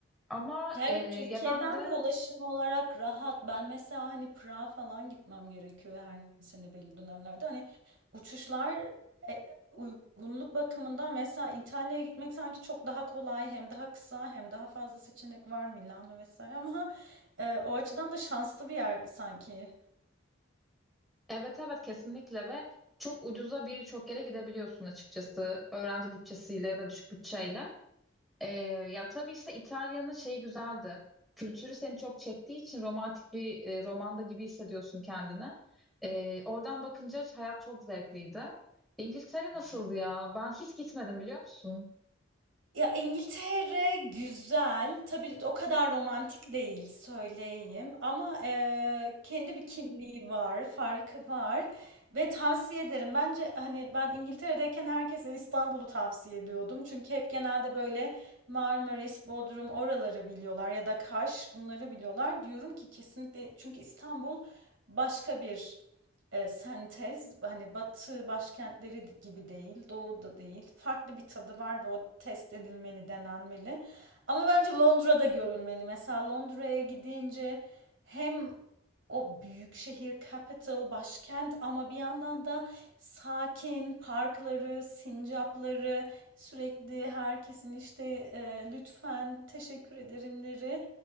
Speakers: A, in the centre; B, on the right.
A: Ama
B: Ya
A: e,
B: Evet
A: ya
B: Türkiye'den
A: ben de
B: de ulaşım olarak rahat. Ben mesela hani Prag'a falan gitmem gerekiyor her sene belli dönemlerde. Hani uçuşlar e, uygunluk bakımından mesela İtalya'ya gitmek sanki çok daha kolay hem daha kısa hem daha fazla seçenek var Milano vesaire ama e, o açıdan da şanslı bir yer sanki.
A: evet evet kesinlikle ve çok ucuza birçok yere gidebiliyorsun açıkçası öğrenci bütçesiyle ya da düşük bütçeyle. Ee, ya tabii işte İtalya'nın şeyi güzeldi. Kültürü seni çok çektiği için romantik bir e, romanda gibi hissediyorsun kendini. Ee, oradan bakınca hayat çok zevkliydi. İngiltere nasıldı
B: <laughs>
A: ya? Ben hiç gitmedim biliyor musun?
B: Ya İngiltere güzel. Tabii o kadar romantik değil söyleyeyim. Ama eee, kendi bir kimliği var, farkı var. Ve tavsiye ederim. Bence hani ben İngiltere'deyken herkese İstanbul'u tavsiye ediyordum. Çünkü hep genelde böyle Marmaris, Bodrum oraları biliyorlar ya da Kaş bunları biliyorlar. Diyorum ki kesinlikle çünkü İstanbul başka bir e, sentez hani batı başkentleri gibi değil, doğu da değil. Farklı bir tadı var ve o test edilmeli, denenmeli. Ama bence Londra'da görülmeli. Mesela Londra'ya gidince hem o büyük şehir capital başkent ama bir yandan da sakin parkları, sincapları, sürekli herkesin işte e, lütfen teşekkür ederimleri